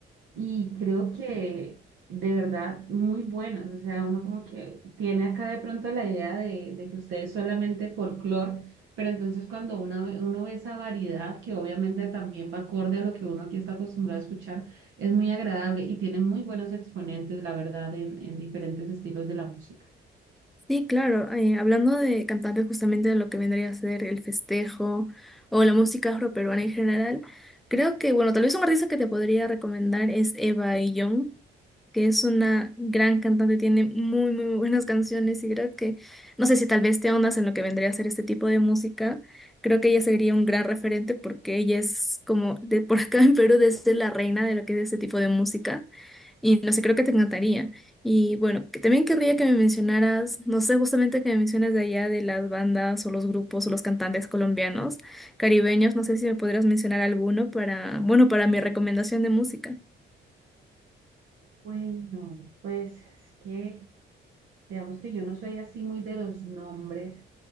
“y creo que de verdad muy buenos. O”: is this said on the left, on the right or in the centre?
Right